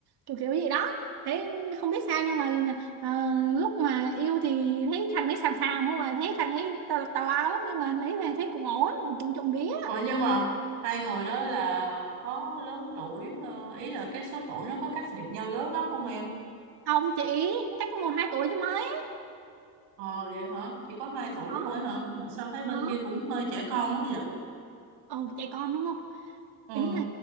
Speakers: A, on the right (about 60°); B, on the right (about 80°).
A: kiểu kiểu gì đó thấy không biết sao nhưng mà ờ, lúc mà yêu thì thấy thằng đấy xàm xàm không mà thấy thằng ấy tào tào lao lắm nhưng mà lấy về thấy cũng ổn cũng trộm vía
B: Ủa nhưng mà hai người đó là có lớn tuổi ờ, ý là cái số tuổi nó có cách biệt nhau lớn lắm không em
A: ông chị cách một hai tuổi chứ mấy
B: ờ vậy hả chỉ có hai tuổi
A: đó
B: thôi hả mà sao thấy bên
A: đó
B: kia cũng hơi trẻ con quá vậy
A: ồ trẻ con đúng không
B: ừ
A: ý là